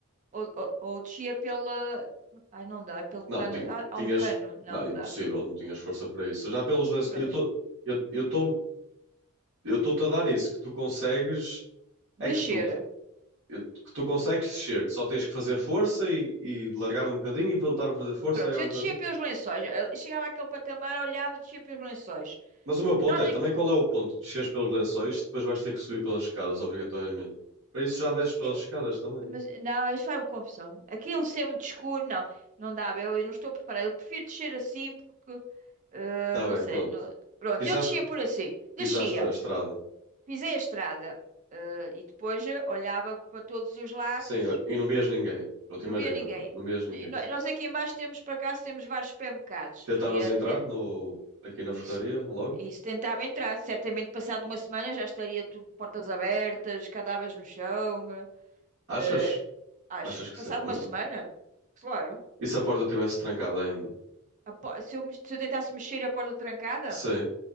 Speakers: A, on the right; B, on the right.
A: Ou, ou, ou descia pela. Ai, não dá, pelo
B: Não,
A: cano.
B: tinha-
A: Há, há
B: tinhas.
A: um cano, não,
B: Não, impossível,
A: não dá.
B: não tinhas força para isso. Já pelos lençóis.
A: Prontos,
B: Eu estou. Eu estou. Eu estou-te a dar isso, que tu consegues.
A: descer.
B: É que tu eu- que tu consegues descer, que só tens que fazer força e, e largar um bocadinho e voltar a fazer força,
A: Pronto,
B: largar
A: eu
B: um
A: descia
B: bocadinho.
A: pelos lençóis. Eu chegava àquele patamar, olhava, descia pelos lençóis.
B: Mas o meu ponto
A: Nós
B: é,
A: aqui,
B: também qual é o ponto de desceres pelos lençóis, depois vais ter que subir pelas escadas, obrigatoriamente. Para isso já
A: mas
B: desces pelas
A: eh,
B: escadas também.
A: Mas não, isso faz-me confusão. Aquilo ser muito escuro, não, não dá, eu, eu não estou preparada. Eu prefiro descer assim porque eh,
B: Tá
A: não
B: bem,
A: sei.
B: pronto.
A: não- Pronto,
B: Pisaste,
A: eu descia por assim,
B: pisaste
A: descia,
B: a estrada.
A: pisei a estrada eh, e depois eh, olhava para todos os lados,
B: Sim, ó, e não vias ninguém. Pronto,
A: não
B: imagina,
A: via ninguém.
B: pronto, não vias ninguém.
A: E no- nós aqui embaixo temos, por acaso, temos vários supermercados
B: Tentavas
A: e, eh,
B: entrar
A: ten-
B: no, aqui na
A: e
B: frutaria
A: se
B: logo?
A: e se tentava entrar, certamente passado uma semana já estaria tudo portas abertas, cadáveres no chão. eh.
B: Achas?
A: Eh, acho.
B: Achas que
A: Passado
B: sim? Hum.
A: uma semana? Claro.
B: E se a porta estivesse trancada ainda?
A: A po- se eu, me- se eu tentasse mexer e a porta trancada,
B: Sim. O